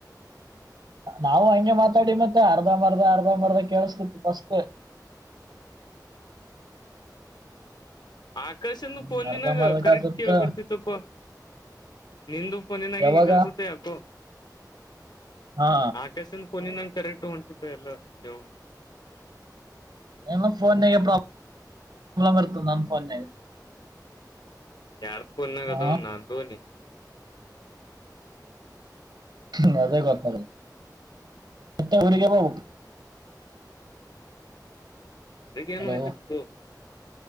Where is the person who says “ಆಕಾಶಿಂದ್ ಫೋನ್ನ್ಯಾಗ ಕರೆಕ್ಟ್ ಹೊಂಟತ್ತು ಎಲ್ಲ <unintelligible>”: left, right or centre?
Left